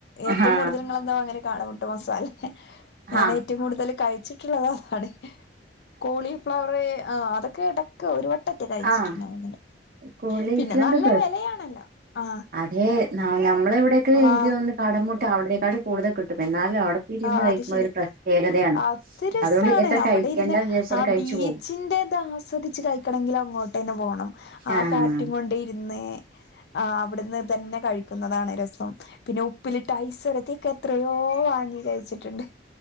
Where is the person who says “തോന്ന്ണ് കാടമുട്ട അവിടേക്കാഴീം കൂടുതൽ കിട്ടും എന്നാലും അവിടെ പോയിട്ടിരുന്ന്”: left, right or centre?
Right